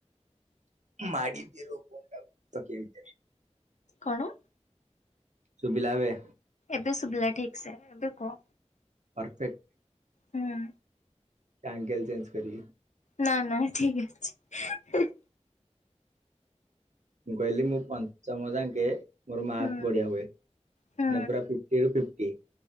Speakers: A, on the right; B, on the left.
A: ମାଡ଼ିଦିଅ ଫାନ୍ ଟାକୁ ତକିଆ ଭିତରେ।
B: କଣ?
A: ସୁୁଭିିଲା ଏବେ?
B: ଏବେ ସୁୁଭିଲା ଠିକ୍ ସେ। ଏବେ କୁହ।
A: ପରଫେକ୍ଟ।
B: ହୁଁ।
A: ଆଙ୍ଗେଲ ଚେଞ୍ଜ କରିବି।
B: ନା ନା ଠିକ ଅଛି।
A: ମୁଁ କହିଲି ମୁଁ ପଞ୍ଚମ ଯାକେ ମୋର ମାଥ
B: ହୁଁ
A: ବଢିଆ ହୁଏ। ମାନେ
B: ହୁଁ।
A: ପୁରା ଫିଫ୍ଟୀ ରୁ ଫିଫ୍ଟି।